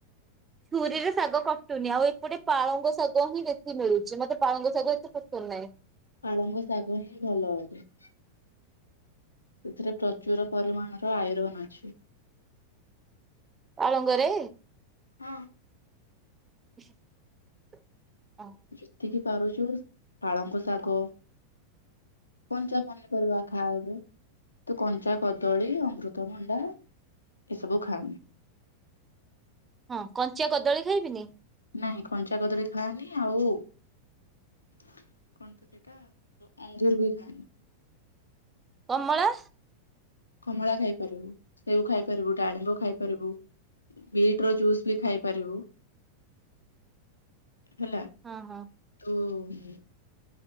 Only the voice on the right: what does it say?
ଛୁରୀରେ ଶାଗ କଟୁନି ଆଉ ଏପଟେ ପାଳଙ୍ଗ ଶାଗ ହିଁ ବେଶୀ ମିଳୁଛି। ମତେ ପାଳଙ୍ଗ ଶାଗ ଏତେ ପଶନ୍ଦ ନାହିଁ।
ପାଳଙ୍ଗରେ।
<inaudible> <unintelligible>
ହଁ କଞ୍ଚା କଦଳୀ ଖାଇବିନି।
କମଳା?
ହଁ ହଁ।